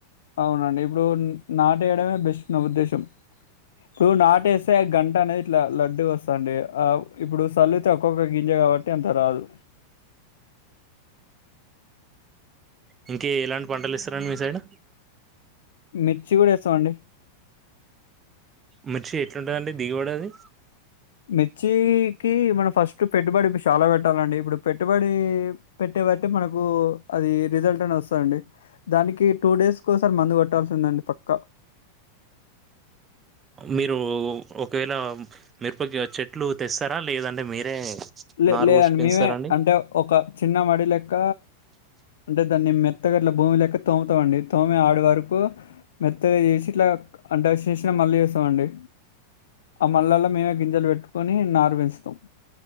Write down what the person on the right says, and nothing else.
ఇంకేలాంటి పంటలు ఏస్తారండి మీ సైడ్
మిర్చి ఎట్లుంటదండి దిగుబడది
మీరు ఒకవేళ మిరపకి చెట్లు తెస్తారా లేదంటే మీరే
నారు
పోసి పెంచుతారండి